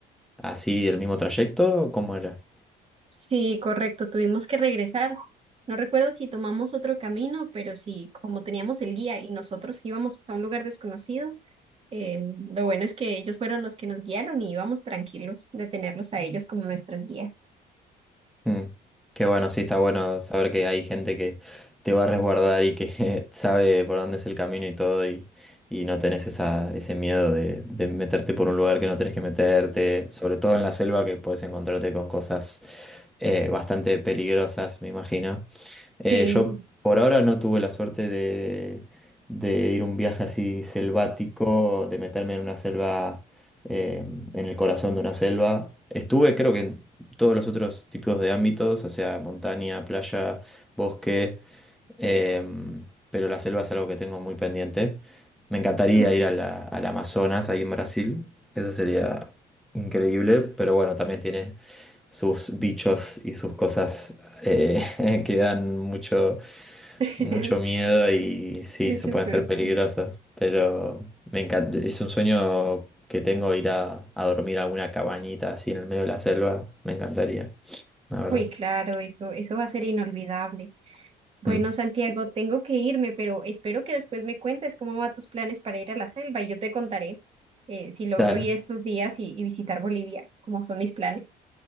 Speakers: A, in the centre; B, on the right (about 35°).
A: así el mismo trayecto, ¿cómo era?
B: Sí, correcto, tuvimos que regresar. No recuerdo si tomamos otro camino, pero sí, como teníamos el guía y nosotros íbamos a un lugar desconocido, eh, lo bueno es que ellos fueron los que nos guiaron y íbamos tranquilos de tenerlos a ellos como nuestros guías.
A: Mm, Qué bueno, sí, está bueno saber que hay gente que te va a resguardar y que <laughs> sabe por dónde es el camino y todo y, y no tenés esa, ese miedo de, de meterte por un lugar que no tenés que meterte, sobre todo en la selva que puedes encontrarte con cosas eh, bastante peligrosas, me imagino. Eh,
B: Sí.
A: yo por ahora no tuve la suerte de, de ir a un viaje así selvático, de meterme en una selva, eh, en el corazón de una selva. Estuve creo que en todos los otros tipos de ámbitos, o sea, montaña, playa, bosque, em, pero la selva es algo que tengo muy pendiente. Me encantaría
B: Mm,
A: ir a la, al Amazonas, ahí en Brasil, eso sería increíble, pero bueno, también tiene sus bichos y sus cosas eh, <laughs> que dan mucho,
B: <laughs>
A: mucho miedo y sí,
B: Muy
A: se
B: chistoso.
A: pueden ser peligrosos, pero me encanta, es un sueño que tengo ir a, a dormir a alguna cabañita así en el medio de la selva, me encantaría, la verdad.
B: Uy, claro, eso, eso va a ser inolvidable. Bueno,
A: Mm.
B: Santiago, tengo que irme, pero espero que después me cuentes cómo van tus planes para ir a la selva y yo te contaré eh, si logro
A: Dale,
B: ir estos días y, y visitar Bolivia, cómo son mis planes.